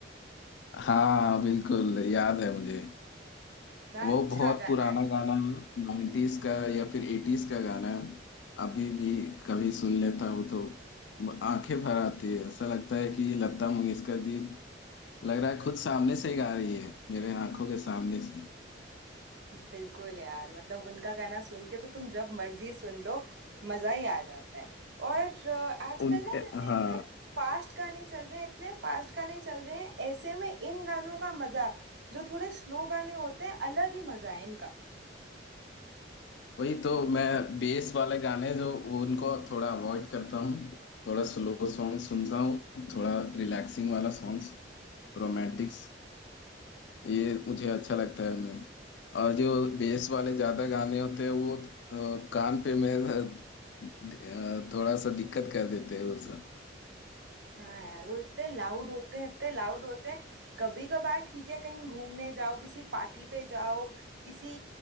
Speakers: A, on the left; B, on the right.
A: हाँ बिल्कुल याद है मुझे
B: इतना
A: वो
B: अच्छा
A: बहुत
B: गाना
A: पुराना
B: है
A: गाना है नाइन्टीज का या फिर एटीज का गाना है अभी भी कभी सुन लेता हूँ तो आंखें भर आती है ऐसा लगता है कि लता मंगेशकर जी लग रहा है खुद सामने से ही गा रही है मेरे आंखों के सामने से
B: बिल्कुल यार मतलब उनका गाना सुन के तो तुम जब मर्जी सुन लो मजा ही आ जाता है और अ, आजकल
A: उनके
B: ना जैसे
A: हाँ
B: इतने फास्ट गाने चल रहे हैं इतने फास्ट गाने चल रहे हैं ऐसे में इन गानों का मजा जो थोड़े स्लो गाने होते हैं अलग ही मजा है इनका
A: वही तो मैं बेस वाले गाने जो वो उनको थोड़ा अवॉइड करता हूँ थोड़ा स्लो सॉन्ग सुनता हूँ थोड़ा रिलैक्सिंग वाला सॉन्ग्स रोमांटिक्स ये मुझे अच्छा लगता है मैं और जो बेस वाले ज्यादा गाने होते हैं वो अ, कान पे मैं अ, द- अ, थोड़ा सा दिक्कत कर देते हैं वो सब
B: हाँ यार वो इतने लाउड होते हैं इतने लाउड होते हैं कभी कभार ठीक है कहीं घूमने जाओ किसी पार्टी पे जाओ किसी